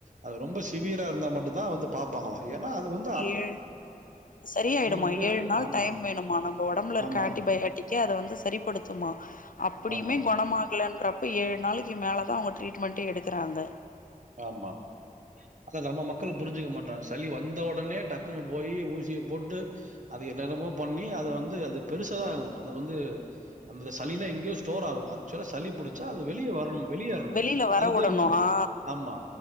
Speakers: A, on the right; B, on the left.
A: அது ரொம்ப சிவியரா இருந்தா மட்டு தா வந்து பாப்பாங்கலா ஏன்னா அது வந்
B: ஏழ் செரியாயிடுமா
A: வந்து
B: ஏழு நாள்
A: ஆமா,
B: டைம் வேணுமா நம்ம ஒடம்புல இருக்க
A: ஆமா,
B: ஆன்டிபயாட்டிக்கே அத வந்து சரிப்படுத்துமா அப்டியுமே
A: ஆமா,
B: குணமாகலன்றப் ஏழு நாளைக்கு மேலதா அவங்க ட்ரீட்மெண்ட்டே எடுக்குறாங்க
A: ஆமா அத நம்ம மக்கள் புரிஞ்சுக்க மாட்டாங்க சளி வந்த உடனே டக்குன்னு போய் ஊசிய போட்டு அதை என்னனம்மோ பண்ணி அத வந்து அது பெருசாதா ஆகு அத வந்து அந்த சளிலா எங்கயோ ஸ்டோர் ஆகு சளி புிடிச்சா அது வெளிய வரணு வெளிய வரணு
B: வெளில வர
A: அதுக்கு
B: வுடணு
A: நம்ம
B: ஆ
A: ஆமா